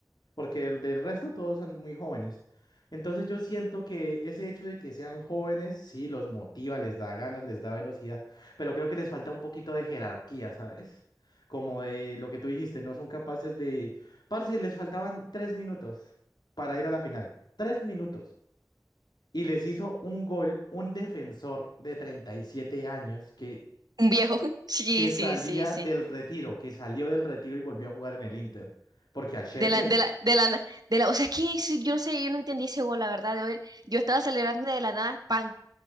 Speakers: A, on the left (about 70°); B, on the right (about 65°).
A: porque el del resto todos son muy jóvenes. Entonces yo siento que ese hecho de que sean jóvenes, sí, los motiva, les da ganas, les da velocidad, pero creo que les falta un poquito de jerarquía, ¿sabes? Como de lo que tú dijiste, no son capaces de... Parce, les faltaban tres minutos para ir a la final. Tres minutos. Y les hizo un gol un defensor de 37 años que,
B: un viejo. <laughs> Sí,
A: que
B: sí,
A: salía
B: sí, sí.
A: del retiro, que salió del retiro y volvió a jugar en el Inter. Porque a Sherby
B: De la,
A: es.
B: de la, de la, na- de la, o sea, es que es- yo no sé, yo no entendí ese gol, la verdad. Yo, yo estaba celebrando de la nada, pan.